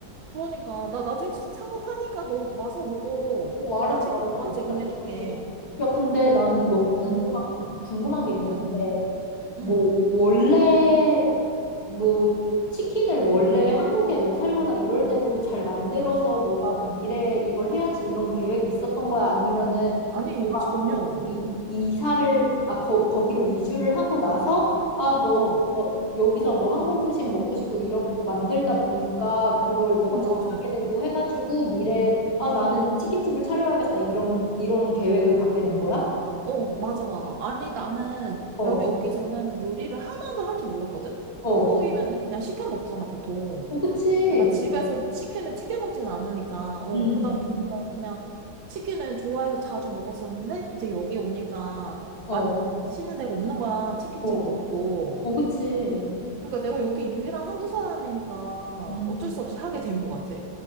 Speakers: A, on the right; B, on the left.
A: 그러니까. 나 나중에 진짜 창업하니까 너 와서 먹어.
B: 어, 알았어,
A: 내가 치킨
B: 알았어.
A: 무한
B: 진짜
A: 제공해줄게.
B: 꼭 가보고 싶어. 야, 근데 나는 너가 궁금한,
A: 응.
B: 궁금한 게 있는데,
A: 응,
B: 뭐,
A: 응.
B: 원래 뭐 치킨을 원래 한국에 뭐 살거나 이럴 때도 잘 만들어서 너가 그 미래에 이걸 해야지 이런 계획이 있었던 거야? 아니면은
A: 아니,
B: 너가
A: 전혀.
B: 뭐 거기 이- 이사를 아 거, 거기로 이주를 하고 나서 아뭐 뭐
A: 어,
B: 어, 여기서 뭐 한국 음식 먹고 싶고 이렇고 만들다 보니까 그걸 너가
A: 응,
B: 잘하게
A: 맞아.
B: 되고 해가지고 미래에 아 나는 치킨집을 차려야겠다 이런 이런 계획을 갖게 된 거야?
A: 어, 맞아, 맞아. 아니, 나는
B: 어,
A: 여기 오기 전에는 요리를 하나도 할 줄 몰랐거든?
B: 어,
A: 한국이면은 그냥 시켜 먹잖아, 보통.
B: 어, 그치.
A: 내가 집에서 치킨을 튀겨 먹진 않으니까, 어,
B: 음,
A: 그러다 보니까 그냥 치킨을 좋아해서 자주 먹었었는데, 이제 여기 오니까
B: 어,
A: 맛있는 데가 없는 거야. 치킨집도
B: 어,
A: 없고.
B: 어, 그치.
A: 그러니까 내가 여기 유일한 한국 사람이니까
B: 음.
A: 어쩔 수 없이 하게 된 것 같아.